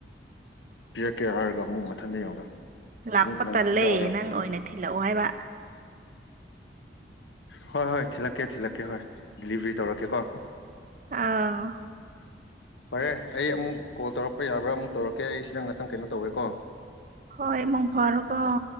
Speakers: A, on the left; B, on the right.
A: ꯄꯤꯔꯛꯀꯦ ꯍꯥꯏꯔꯒ ꯑꯃꯨꯛ ꯊꯟꯗ ꯌꯦꯡꯉꯒ
B: ꯂꯥꯛꯄ
A: ꯑꯃꯨꯛ ꯅꯪ
B: ꯇꯜꯂꯦ
A: ꯄꯤꯊꯛꯑꯔꯣꯏ
B: ꯅꯪ ꯑꯣꯏꯅ ꯊꯤꯜꯂꯛꯑꯣ ꯍꯥꯏꯕ
A: ꯍꯣꯏ ꯍꯣꯏ ꯊꯤꯜꯂꯛꯀꯦ ꯊꯤꯜꯂꯛꯀꯦ ꯍꯣꯏ ꯗꯤꯂꯤꯚꯔꯤ ꯇꯧꯔꯛꯀꯦ ꯀꯣ
B: ꯑꯥ
A: ꯐꯔꯦ ꯑꯩ ꯑꯃꯨꯛ ꯀꯣꯜ ꯇꯧꯔꯛꯄ ꯌꯥꯕ꯭ꯔꯥ ꯑꯃꯨꯛ ꯇꯧꯔꯛꯀꯦ ꯑꯩ ꯁꯤꯗ ꯉꯥꯛꯇꯪ ꯀꯩꯅꯣ ꯇꯧꯋꯦꯀꯣ
B: ꯍꯣꯏ ꯃꯛ ꯐꯔ ꯀꯣ